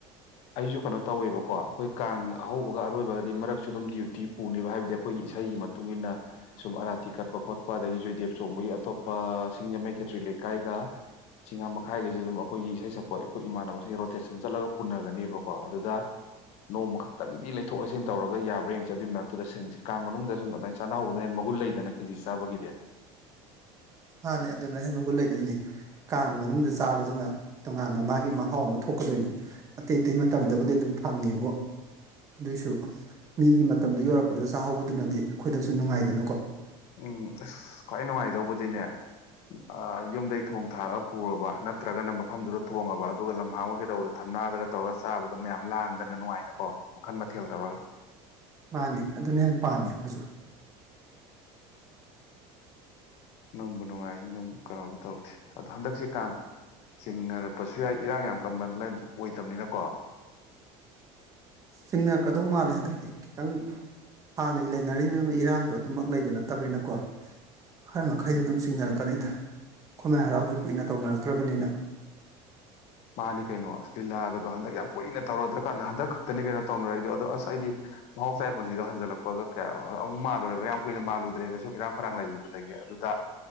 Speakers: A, on the left; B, on the right.
A: ꯑꯩꯁꯨ ꯀꯩꯅꯣ ꯇꯧꯋꯦꯕꯀꯣ ꯑꯈꯣꯏ ꯀꯥꯡ ꯑꯍꯧꯕꯒ ꯑꯔꯣꯏꯕꯒ ꯃꯔꯛꯁꯨ ꯑꯗꯨꯝ ꯗ꯭ꯌꯨꯇꯤ ꯄꯨꯅꯤꯕ ꯍꯥꯏꯕꯗꯤ ꯑꯈꯣꯏꯒꯤ ꯏꯁꯩꯒꯤ ꯃꯇꯨꯡ ꯏꯟꯅ ꯁꯨꯝ ꯑꯔꯥ ꯇꯤ ꯀꯠꯄꯣꯠꯄ ꯑꯗꯨꯗꯒꯤ ꯖꯣꯢꯗꯦꯕ ꯆꯣꯡꯕꯒꯤ ꯑꯇꯣꯞꯄ ꯁꯤꯡꯖꯃꯩ ꯈꯦꯇ꯭ꯔꯤ ꯂꯩꯀꯥꯏꯒ ꯆꯤꯉꯥꯃꯈꯥꯒꯩꯁꯦ ꯑꯗꯨꯝ ꯑꯈꯣꯏꯒꯤ ꯏꯁꯩ ꯁꯛꯄ ꯑꯩꯈꯣꯏ ꯏꯃꯥꯟꯅꯕꯁꯤꯡ ꯔꯣꯇꯦꯁꯟ ꯆꯠꯂꯒ ꯄꯨꯟꯅꯒ ꯕꯀꯣ ꯑꯗꯨꯗ ꯅꯣꯡꯃ ꯈꯛꯇꯪꯗꯤ ꯂꯩꯊꯣꯛꯑꯁꯤꯟ ꯇꯧꯔꯒ ꯌꯥꯕ꯭ꯔꯥ ꯌꯦꯡꯁꯦ ꯑꯗꯨꯒꯤ ꯃꯔꯛꯇꯨꯗ ꯁꯤꯟꯁꯦ ꯀꯥꯡ ꯃꯅꯨꯡꯗ ꯁꯨꯝ ꯑꯗꯨꯃꯥꯏꯅ ꯆꯥꯅꯍꯧꯗꯅꯅꯦ ꯃꯒꯨꯟ ꯂꯩꯗꯅ ꯀꯦꯆꯤ ꯆꯥꯕꯒꯤꯗꯤ
B: ꯃꯥꯅꯦ ꯑꯗꯨꯗꯅ ꯍꯦꯟꯅ ꯃꯒꯨꯟ ꯂꯩꯗꯣꯏꯅꯤ ꯀꯥꯡ ꯃꯅꯨꯡꯗ ꯆꯥꯕꯁꯤꯅ ꯇꯣꯉꯥꯟꯥꯟꯕ ꯃꯥꯒꯤ ꯃꯍꯥꯎ ꯑꯃ ꯊꯣꯛꯀꯗꯣꯏꯅꯤ ꯑꯇꯩ ꯑꯇꯩ ꯃꯇꯝꯗꯕꯨꯗꯤ ꯑꯗꯨꯝ ꯐꯪꯉꯦꯕꯨ ꯑꯗꯨꯏꯁꯨ ꯃꯤꯒꯤ ꯃꯇꯝꯗ ꯌꯧꯔꯛꯄꯗ ꯆꯥꯍꯧꯕꯗꯨꯅꯗꯤ ꯑꯈꯣꯏꯗꯁꯨ ꯅꯨꯡꯉꯥꯏꯗꯅ
A: ꯎꯝ ꯑꯁ ꯈ꯭ꯋꯥꯏ ꯅꯨꯡꯉꯥꯏꯗꯧꯕꯗꯤꯅꯦ ꯑꯥ ꯌꯨꯝꯗꯩ ꯊꯣꯡ ꯊꯥꯛꯔꯑꯒ ꯄꯨꯔꯕ ꯅꯠꯇ꯭ꯔꯒꯅ ꯃꯐꯝꯗꯨꯗ ꯊꯣꯡꯉꯕ ꯑꯗꯨꯒ ꯂꯝꯍꯥꯡ ꯑꯣꯢ ꯀꯩꯗꯧꯕꯗ ꯊꯝꯅꯥꯗꯒ ꯇꯧꯔꯒ ꯆꯥꯕꯗꯣ ꯃꯌꯥꯝ ꯂꯥꯡꯗꯅ ꯅꯨꯡꯉꯥꯏꯅꯀꯣ ꯃꯈꯜ ꯃꯊꯦꯜ ꯇꯧꯔꯒ
B: ꯃꯥꯅꯤ ꯑꯗꯨꯅ ꯍꯦꯟꯅ ꯄꯥꯝꯃꯤ ꯑꯩꯈꯣꯏꯁꯨ
A: ꯅꯪ ꯅꯨꯡꯉꯥꯏ ꯑꯗꯨꯝ ꯀꯩꯅꯣꯕꯨ ꯇꯧꯗꯦ ꯑꯗꯣ ꯍꯟꯗꯛꯁꯤ ꯀꯥꯡ ꯆꯤꯡꯅꯔꯛꯄꯁꯨ ꯌꯥꯏ ꯏꯔꯥꯡ ꯌꯥꯝ ꯀꯟꯕ ꯑꯣꯏꯗꯕꯅꯤꯅꯀꯣ
B: ꯆꯤꯡꯅꯔꯛꯀꯗꯧ ꯃꯥꯜꯂꯦ ꯍꯟꯗꯛꯇꯤ ꯈꯤꯇꯪ ꯍꯥꯟꯅꯩ ꯂꯩꯅꯔꯤ ꯏꯔꯥꯡꯗꯣ ꯑꯗꯨꯝꯃꯛ ꯂꯩꯕ ꯅꯠꯇꯕꯅꯤꯅꯀꯣ ꯈꯔ ꯃꯈꯩꯗꯤ
A: ꯎꯝ
B: ꯑꯗꯨꯝ ꯆꯤꯡꯅꯔꯛ ꯀꯅꯤꯗ ꯈꯃꯥꯏ ꯍꯔꯥꯎꯁꯨ ꯀꯨꯏꯅ ꯇꯧꯅꯔꯛꯇ꯭ꯔꯕꯅꯤꯅ
A: ꯃꯥꯅꯤ ꯀꯩꯅꯣ ꯂꯤꯂꯥꯒꯗꯣ ꯍꯟꯗꯛ ꯌꯥꯝ ꯀꯨꯏꯅ ꯇꯧꯔꯗ꯭ꯔꯀꯥꯟꯗ ꯍꯟꯗꯛ ꯈꯛꯇꯅꯤ ꯀꯩꯅꯣ ꯇꯧꯅꯔꯛꯏꯗꯣ ꯑꯗꯣ ꯑꯁ ꯑꯩꯗꯤ ꯃꯍꯧꯁꯥꯒꯤ ꯄꯨꯟꯁꯤꯗꯣ ꯍꯟꯖꯤꯜꯂꯛꯄꯒ ꯀꯌꯥ ꯑꯃꯨꯛ ꯃꯥꯜꯂꯨꯔꯦꯕ ꯌꯥꯝ ꯀꯨꯏꯅ ꯃꯥꯜꯂꯨꯗ꯭ꯔꯦꯅ ꯁꯨꯝ ꯏꯔꯥꯡ ꯐꯔꯥꯡ ꯂꯩꯈꯤꯕꯗꯒꯤ ꯑꯗꯨꯗ